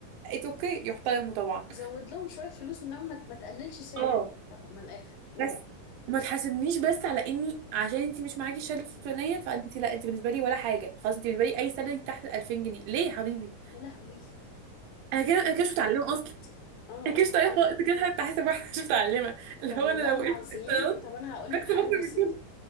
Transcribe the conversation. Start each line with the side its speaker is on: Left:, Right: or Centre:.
Right: اتس اوكي يحترموا طبعا
Left: زود لهم شوية فلوس انما ما ما تقللش سعري
Right: اه
Left: على- من الآخر أوه.
Right: بس وما تحاسبنيش بس على اني عشان انت مش معاكي الشهاده الفلانيه فانت لا انت بالنسبه لي ولا حاجه خلاص انت بالنسبه لي اي سالري تحت ال 2000 جنيه ليه يا حبيبي
Left: يا لهوي
Right: انا
Left: يا
Right: كده انا كده مش
Left: لهوي
Right: متعلمه
Left: بجد
Right: اصلا
Left: اه
Right: انا
Left: اه
Right: كده مش متعلمه
Left: اه
Right: خالص انت كده حتى حاسب واحده مش متعلمه اللي
Left: طب
Right: هو
Left: والله
Right: انا لو
Left: العظيم
Right: وقفت اتصالات
Left: طب انا هقول
Right: هكسب
Left: لك حاجة
Right: اكتر
Left: بسيطة
Right: من كده